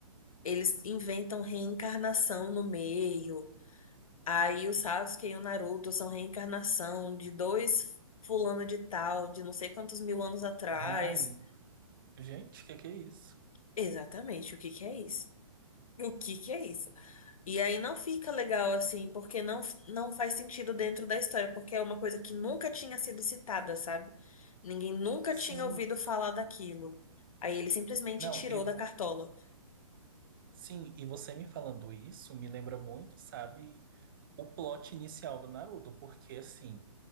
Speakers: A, on the left; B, on the right.
A: Eles inventam reencarnação no meio. Aí o Sasuke e o Naruto são reencarnação de dois fulano de tal, de não sei quantos mil anos atrás.
B: Ai, gente, o que que é isso?
A: Exatamente, o que que é isso? O que que é isso? E aí não fica legal assim, porque não, não faz sentido dentro da história, porque é uma coisa que nunca tinha sido citada, sabe? Ninguém nunca
B: Sim,
A: tinha ouvido falar daquilo. Aí ele simplesmente
B: não,
A: tirou
B: e
A: da cartola.
B: Sim, e você me falando isso me lembra muito, sabe, o plot inicial do Naruto, porque assim,